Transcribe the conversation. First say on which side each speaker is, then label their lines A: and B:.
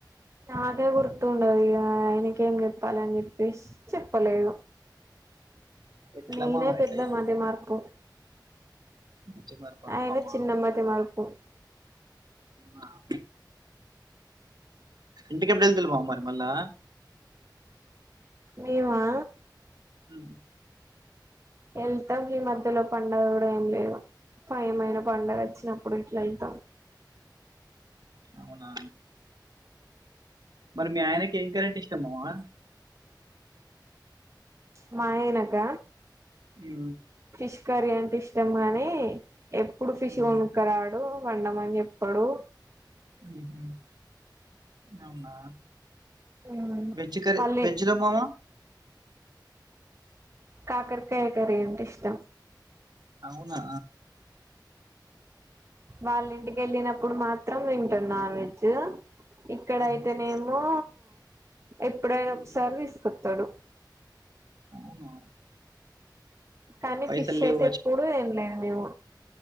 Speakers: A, on the right; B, on the right.
A: నాకే గుర్తండదు ఇగ ఆయినకేం జేప్పాల అని చెప్పేసి చెప్పలేదు
B: ఎట్లా
A: నేనే
B: మామ
A: పెద్ద
B: ఎట్లా అయితే
A: మతి మర్పుం
B: వచ్చి మరి బా
A: ఆయన
B: మామ
A: చిన్న మతి మర్పు
B: ఆ ఇంటికిప్పుడు వెళ్తుల్లు మామ మరి మళ్ళా
A: మేమా
B: ఉ
A: ఎళ్తాం ఈ మధ్యలో పండగ గూడ ఏం లేవు ఫయమైన పండగ వచ్చినప్పుడు ఇట్లా వెళ్తాం
B: అవునా మరి మీ ఆయనకి ఏం కరీ ఇష్టంమమా
A: మా ఆయన క
B: ఉ
A: పిష్ కరీ అంటే ఇష్టం గానీ ఎప్పుడు ఫిష్
B: ఉమ్,
A: కొనకరాడు వండమని జెప్పడు
B: ఊహు అవునా
A: మ్
B: వెజ్ కర్రీ
A: మళ్ళీ
B: వెజ్ లో మామ
A: కాకరకాయ్ కరీ అంటే ఇష్టం
B: అవునా
A: వాళ్ళ ఇంటికి వెళ్ళినప్పుడు మాత్రం వింటాన్ నాన్ వెజ్ ఇక్కడయితేనేమో
B: ఉమ్హు,
A: ఎప్పుడైనా
B: ఉమ్,
A: ఒకసారి తీసు తడు
B: అవునా
A: కానీ
B: పైసలు
A: ఫిష్
B: లేవు
A: అయితే ఎప్పుడు తినలేదు మేము